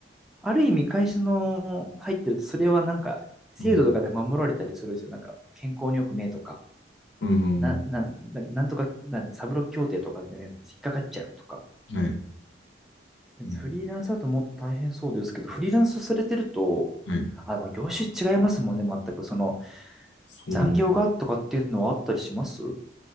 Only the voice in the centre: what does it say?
ある意味会社の入ってると、それはなんか、制度とかで守られたりするんですよ。
なんか、健康に良くねえとか、
な、な、ななんとか、なんだ、サブロック協定とかでね、引っかかっちゃうとか。
フリーランスだともっと大変そうですけど、フリーランスされてると、
あ、まあ業種違いますもんね、全く。その、
残業がとかっていうのはあったりします